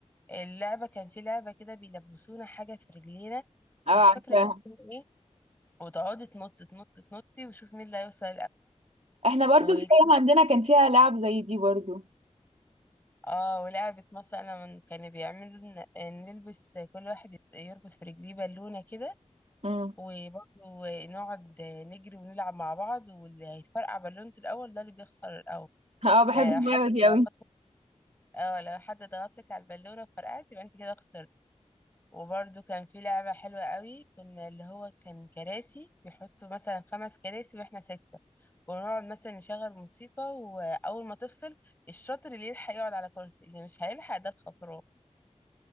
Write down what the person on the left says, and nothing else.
اللعبة كان في لعبة كده بيلبسونا حاجة في رجلينا
مش
فاكرة هي اسمها ايه وتقعدي تنط تنط تنطي وشوف مين اللي هيوصل
الأول
اه ولعبة مثلا من- كانوا بيعملوا لنا- نلبس كل واحد يربط في رجليه بالونة كده
وبرضه نقعد نجري ونلعب مع بعض واللي هيفرقع بالونته الأول ده اللي بيخسر الأول
يعني
لو حد
ضغط اه لو حد ضغط لك على البالونة فرقعت يبقى انت كده خسرت وبرضه كان في لعبة حلوة قوي كنا اللي هو كان كراسي بيحطوا مثلا خمس كراسي واحنا ستة ونقعد مثلا نشغل موسيقى وأول ما تفصل الشاطر اللي يلحق يقعد على كرسي اللي مش هيلحق ده الخسران